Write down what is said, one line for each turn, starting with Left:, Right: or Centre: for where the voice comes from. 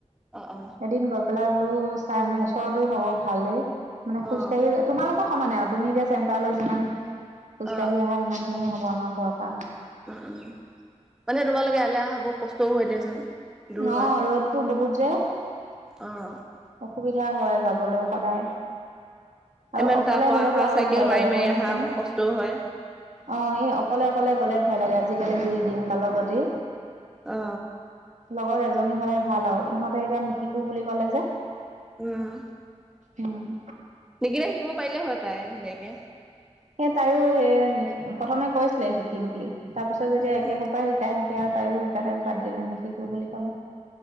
Centre: অ অ
Right: এদিন গৈ পেলাই বলো চাই আহো ওচৰতো হ'ব ভালেই, মানে খোজ
Centre: অ
Right: কাঢ়ি তোমালোকৰ সমানেই আৰু, তুমি এতিয়া চেণ্টাৰলৈ যিমান খোজ
Centre: অ
Right: কঢ়ি আহা সিমান খিনিয়ে হ'ব আমাৰ ঘৰৰ পৰা।
Centre: উম্, উম্ মানে তোমালোকে এয়ালে অহা বহু কষ্ট তো হৈ দিয়াচোন, দূৰ
Right: ন
Centre: হয়
Right: ৰ'দটো বহুত যে
Centre: অ'।
Right: অসুবিধা হয় যাবলৈ সদায়। আৰু
Centre: ইমান
Right: অকলে
Centre: তাৰ পৰা
Right: হ'লেতো
Centre: আহা
Right: আৰু
Centre: চাইকেল
Right: ভয়
Centre: মাৰি
Right: লাগে
Centre: মাৰি
Right: গম পাইছা
Centre: আহা অকমান
Right: নে?
Centre: কষ্টও হয়
Right: অ' এই অকলে অকলে গ'লে ভয় লাগে, আজিকালি যি দিন কালৰ গতি।
Centre: অ
Right: লগৰ এজনী হ'লে ভাল আৰু ইহঁতে এতিয়া নিশিকো বুলি কলে যে।
Centre: উম্।
Right: উম্।
Centre: নিকিতাই শিকিব পাৰিলে হয় তাই ধুনীয়াকে।
Right: সেই তাইও সেই নিশিক প্ৰথমে কৈছিলে শিকিম বুলি। তাৰপিছত যেতিয়া
Centre: উম
Right: একে সোপায় শিকাই থাকে আৰু তাইয়ো সেইকাৰণে বাদ দিলে নিশিকো বুলি কলে।